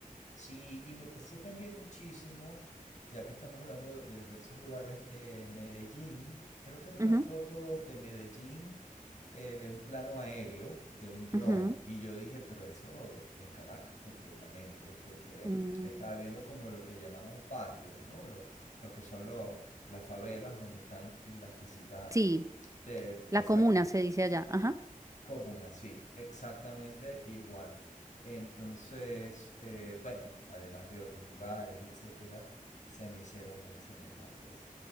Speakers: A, on the left (about 55°); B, on the right (about 20°).
A: Sí, y me pasó también muchísimo, ya que estamos hablando de, de diversos lugares, eh, en Medellín, creo que era una
B: Ujú,
A: foto de Medellín eh, de un plano aéreo, de un dron,
B: ujú.
A: y yo dije, pero eso es Caracas completamente, porque
B: Mm,
A: estaba viendo como lo que llamamos barrios, ¿no? Lo, los que son lo- las favelas donde están las casitas
B: sí,
A: de,
B: la
A: exacto,
B: comuna se dice allá. Ajá.
A: Comuna, sí, exactamente igual. Entonces, eh, bueno, además de otros lugares, etcétera, se me hicieron muy semejantes.